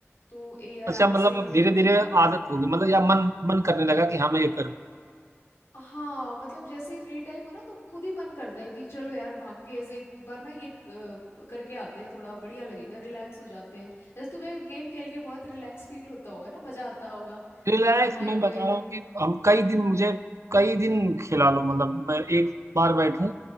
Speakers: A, on the left; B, on the right.
A: तो ए आराम
B: अच्छा मतलब
A: से एक डेढ़
B: धीरे
A: घंटा
B: धीरे आदत होगी मतलब या मन मन करने लगा कि हाँ मैं ये करूँ
A: हाँ मतलब जैसे ही फ्री टाइम हो ना तो खुद ही मन करता है कि चलो यार भाग के ऐसे एक बार ना ये अ, करके आते हैं थोड़ा बढ़िया लगेगा रिलैक्स हो जाते हैं जैसे तुम्हें गेम खेल के बहुत रिलैक्स फील होता होगा ना मजा आता होगा
B: रिलैक्स
A: माइंड
B: मैं बता
A: को एकदम
B: रहा हूँ कि हम कई दिन मुझे कई दिन खिला लो मतलब मैं एक बार बैठूं